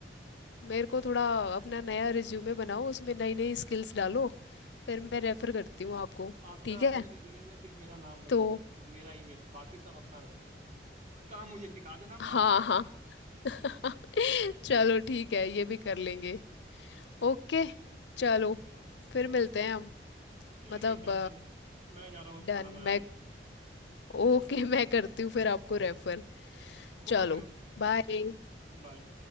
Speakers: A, on the left; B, on the right.
A: मेरे को थोड़ा अपना नया रिज्यूमे बनाओ उसमें नई नई स्किल्स डालो फिर मैं रेफर करती हूँ आपको
B: आप
A: ठीक
B: ना अपने
A: है
B: रिज्यूमे में सिर्फ मेरा नाम बदल
A: तो
B: दो और मेरा ईमेल बाकी सब अपना रखो काम मुझे सिखा देना अपने
A: हाँ
B: सारे
A: हाँ <laughs> चलो ठीक है ये भी कर लेंगे ओके चलो फिर मिलते हैं हम
B: ठीक
A: मतलब
B: है डन डन मैं जा रहा हूँ अब खाना
A: डन
B: बनाने
A: मैं ओके <laughs> मैं करती हूँ फिर आपको रेफर चलो
B: Okay okay
A: बाय
B: बाय